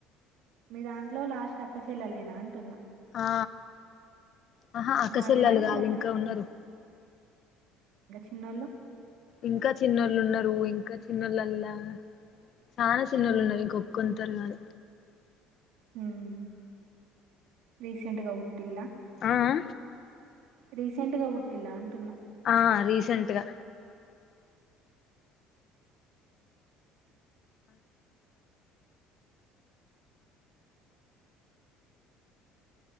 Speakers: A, on the right; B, on the left.
A: మీ దాంట్లో లాస్ట్ అక్క చెల్లెలే నా అంటున్నా
B: ఆ ఆహా అక్కసెల్లెల్లు
A: వాళ్ళేనా వాళ్ళకన్నా
B: కాదు ఇంకా ఉన్నరు
A: న్నోలో
B: ఇంకా చిన్నోళ్ళు ఉన్నారు ఇంకా చిన్నళ్ళల్లా చాలా చిన్నోళ్ళు ఉన్నారు ఇంకొక్కొంతరు కాదు.
A: హ్మ్ రీసెంట్ గా ఉట్టిల్లా
B: ఆ ఆ
A: రీసెంట్ గా గుట్టిల్లా అంటున్నా
B: ఆ రీసెంట్ గా